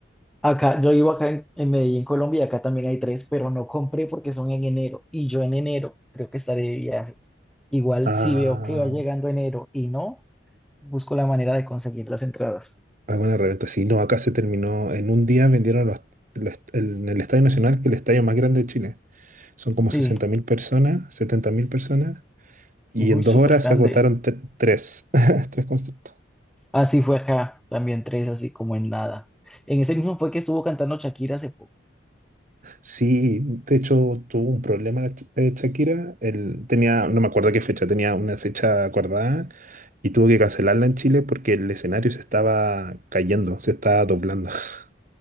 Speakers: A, in the centre; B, on the right.
A: Acá, yo vivo acá en, en Medellín, Colombia, y acá también hay tres, pero no compré porque son en enero. Y yo en enero creo que estaré de viaje. Igual
B: Ah,
A: si veo que va llegando enero y no, busco la manera de conseguir las entradas.
B: alguna reventa, sí, no, acá se terminó, en un día vendieron los, los- el- en el Estadio Nacional, que es el estadio más grande de Chile. Son como sesenta
A: Sí.
B: mil personas, 70.000 personas, y
A: Uy,
B: en dos
A: súper
B: horas
A: grande.
B: se agotaron tre- tres, <laughs> tres conciertos.
A: Así fue acá, también tres, así como en nada. En ese mismo fue que estuvo cantando Shakira hace poco.
B: Sí, de hecho tuvo un problema la Ch- eh, Shakira. Él tenía, no me acuerdo qué fecha, tenía una fecha acordada y tuvo que cancelarla en Chile porque el escenario se estaba cayendo, se estaba doblando. <laughs>